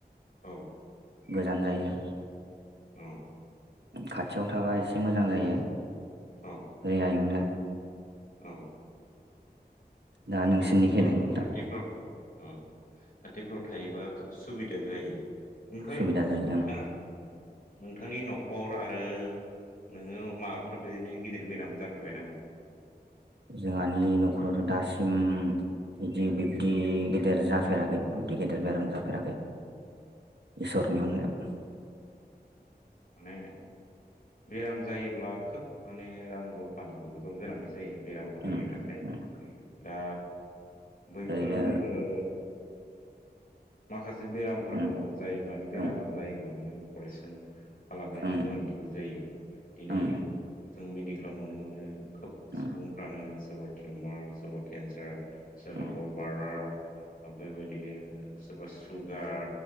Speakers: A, on the left; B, on the right.
A: औ
B: गोजान जायो।
A: उम
B: खाथियाव थाबा एसे मोजां जायो
A: औ
B: रैयाय मोनो
A: औ
B: दा
A: नंगौ
B: नोंसिनिखैलाय
A: ओ
B: नोंथां
A: खाथिफ्राव उम खाथिफ्राव थायोबा खोब सुबिदा जायो ओमफ्राय
B: सुबिदा जायो
A: नोंथांनि न'खर आरो नोङो माबाफोर बिदिनो गिदिर बेराम जाफेरबाय नामा?
B: जोंहानि न'खरावथ' दासिम बिदि बिब्दि गेदेर जाफेराखै बिब्दि गेदेर बेराम जाफेराखै। इसरनि अननायाव
A: माने बेराम जायोब्ला खोब माने रां रुफानिबो गो बहुद गोनांथि जायो बेरामखौ
B: उम
A: नायनो थाखाय
B: उम
A: दा बैफोर
B: ओरैनो
A: ओ माखासे बेरामफोर
B: उम
A: दङ' जायोबानो बेरामा
B: उम
A: जायोब्ला माने अपारेसन खालामनायनि
B: उम
A: गोनांथिबो जायो। दिनै
B: उम
A: जों मेडिकेलाव नुनो मोनो खोब
B: उम
A: सुबुंफ्रानो सोरबा टिउमार सोरबा केन्सार सोरबा
B: उम
A: गल बालडार ओ बेबायदि बिदिनो सोरबा सुगार